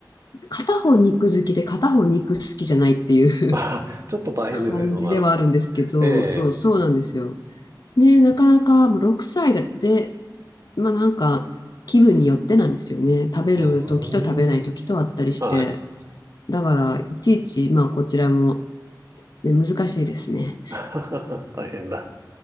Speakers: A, on the left; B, on the right.
A: 片方肉好きで片方肉好きじゃないっていう
B: <laughs> あ、
A: <laughs>
B: ちょっと大変ですね、
A: 感じではあるんですけど、
B: そうなると。ええ、
A: そうそうなんですよ。
B: う
A: ね、なかなかもう6歳でまあなんか気分によってなんですよね。食べる時と食べない時とあったりして。
B: ーん、はい。
A: だからいちいちまあこちらも、ね、難しいですね。
B: <laughs> 大変だ。